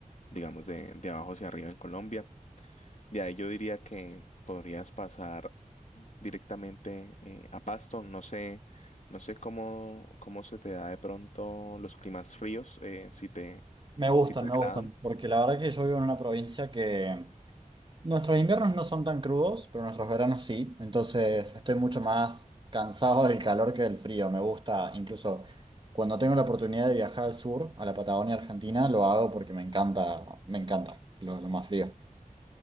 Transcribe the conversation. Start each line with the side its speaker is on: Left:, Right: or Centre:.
Left: Digamos, de, de abajo hacia arriba en Colombia. De ahí yo diría que podrías pasar directamente eh, a Pasto. No sé, no sé cómo, cómo se te da de pronto los climas fríos, eh, si te,
Right: Me gustan,
Left: si te
Right: me
Left: agradan.
Right: gustan, porque la verdad que yo vivo en una provincia que nuestros inviernos no son tan crudos, pero nuestros veranos sí, entonces estoy mucho más cansado del calor que del frío, me gusta, incluso cuando tengo la oportunidad de viajar al sur, a la Patagonia Argentina, lo hago porque me encanta, me encanta lo, lo más frío.